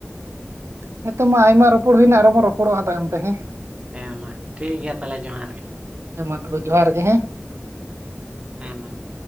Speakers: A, on the right; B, on the right.
A: ᱦᱮᱸᱛᱚ ᱢᱟ ᱟᱭᱢᱟ ᱨᱚᱯᱚᱲ ᱦᱩᱭ ᱮᱱᱟ ᱟᱨᱚ ᱵᱚᱱ ᱨᱚᱯᱚᱲᱚᱜᱼᱟ ᱛᱟᱭᱚᱢ ᱛᱮ ᱦᱮᱸ,
B: ᱦᱮᱸ ᱢᱟ ᱴᱷᱤᱠ ᱜᱮᱭᱟ ᱛᱟᱦᱮᱞᱮ ᱡᱚᱦᱟᱨ ᱜᱮ ᱾
A: ᱦᱮᱸ ᱢᱟ ᱛᱚᱵᱮ ᱡᱚᱦᱟᱨ ᱜᱮ ᱦᱮᱸ ᱾
B: ᱦᱮᱸ ᱢᱟ ᱡᱚ